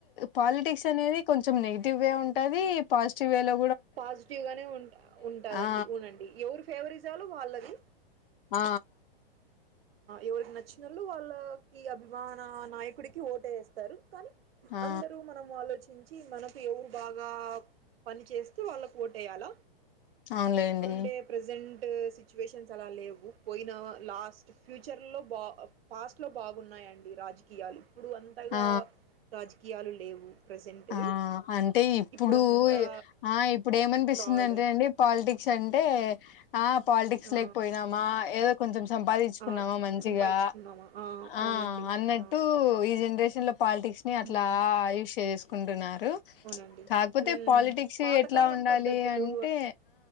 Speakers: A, on the left; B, on the right.
A: పాలిటిక్స్ అనేది కొం కొంచెం నెగిటివ్ వే ఉంటుంది పాజిటివ్ వేలో
B: పాజిటివ్ గానే ఉంట ఉంటాదండి
A: ఆ
B: ఉనండి ఎవరీ ఫేవరిజాలు వాళ్ళవి
A: ఆ
B: ఎవరికి నచ్చినళ్ళు వాళ్ళకి అభిమాన నాయకుడికి ఓటు వేస్తారు కానీ
A: ఆ
B: అందరూ మనం ఆలోచించి మనకు ఎవరు బాగా పని చేస్త వాళ్ళకి ఓట్ వేయ్యాల
A: అవునులేండి
B: ఇప్పుడుండే ప్రజెంట్ సిచ్యువేషన్స్ అలా లేవు పోయిన లాస్ట్ ఫ్యూచర్ లో బా పాస్ట్ లో బాగున్నాయి రాజకీయాలు ఇప్పుడు అంతగా
A: ఆ
B: రాజకీయాలు లేవు ప్రజెంట్
A: ఆ అంటే ఇప్పుడు
B: ఇప్పుడంతా
A: ఆ ఇప్పుడు ఏమనిపిస్తుందింటే
B: ఫ్రాడ్
A: అండి పాలిటిక్స్ అంటే ఆ పాలిటిక్స్
B: ఆ
A: లేకపోయినామా ఏదో కొంచెం సంపాదించుకున్నామా
B: ఆ
A: మంచిగా
B: సంపాదించుకున్నామా అవునండి
A: ఆ అన్నట్టు
B: ఆ
A: ఈ జనరేషన్ లో పాలిటిక్స్
B: అవును
A: ని అట్లా చేసేసుకుంటున్నారు
B: అవునండి
A: కాకపోతే
B: ఉమ్
A: పాలిటిక్స్
B: పాతకాలం
A: ఎట్లా ఉండాలి
B: పద్ధతులు
A: అంటే